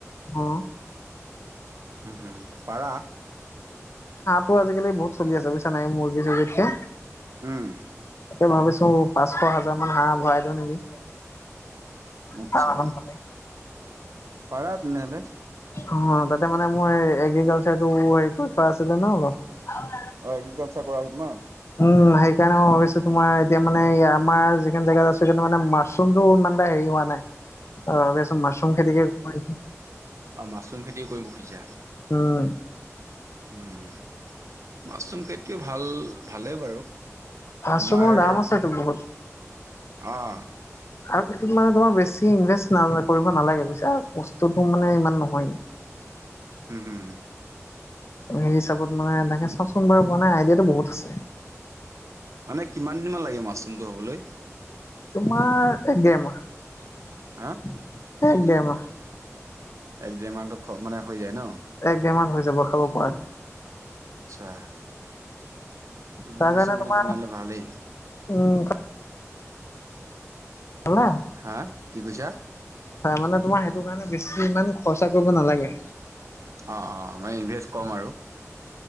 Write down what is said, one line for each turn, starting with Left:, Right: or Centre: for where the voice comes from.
Left: অ',
Right: উম, হুম, পাৰা।
Left: ত' আজিকালি বহুত চলি আছে বুজিছা নাই মুৰ্গী চুৰ্গীতকে।
Right: উম,
Left: তে ভাবিছো পাঁচশ হাজাৰ মান হাঁহ ভৰাই দিওঁ নেকি।
Right: আচ্ছা।
Left: ফাৰ্ম এখন খুলি
Right: পাৰা তেনে হ'লে।
Left: অ', তাতে মানে মই এগ্ৰিকালচাৰটো হেৰি কৰি থোৱা আছিলে ন' অলপ।
Right: অ', এগ্ৰিকালচাৰ কৰা আছে তোমাৰ।
Left: উম, সেইকাৰণে মই ভাবিছো তোমাৰ এতিয়া মানে আমাৰ যিখন জেগাত আছো সেইটো মানে মাছৰুমটো ইমান এটা হেৰি হোৱা নাই ত' ভাবি আছো মাছৰুম খেতিকে কৰো নকি।
Right: অ', মাছৰুম খেতিও কৰিব খুজিছা।
Left: উম,
Right: উম, মাছৰুম খেতিও ভাল ভালে বাৰু।
Left: মাছৰুমৰ
Right: আমাৰ
Left: দাম আছেতো বহুত।
Right: অ'
Left: আৰু সেইটোত মানে তোমাৰ বেছি ইনভেষ্ট ন কৰিব নালাগে বুজছা কষ্টটো মানে ইমান নহয়।
Right: হম হুম।
Left: সেই হিচাপত মানে তাকে চাওঁচোন বাৰু মানে আইডিয়াটো বহুত আছে।
Right: মানে কিমান দিনমান লাগে মাছৰুমটো হবলৈ?
Left: তোমাৰ এক দেৰমাহ,
Right: হা
Left: এক দেৰমাহ।
Right: এক দেৰ মান মানে হৈ যায় ন?
Left: এক ডেৰ মাহ হৈ যাব খাব পৰা কে।
Right: আচ্ছা, এইটো বিজনেছটো
Left: তাৰ কাৰণে
Right: মানে
Left: তোমাৰ
Right: তেনে হ'লে ভালেই।
Left: উম, খালা?
Right: হা কি কৈছা?
Left: হয় মানে তোমাৰ সেইটো কাৰণে বেছি ইমান খৰচা কৰিব নালাগে।
Right: অ', অ', মানে ইনভেষ্ট কম আৰু।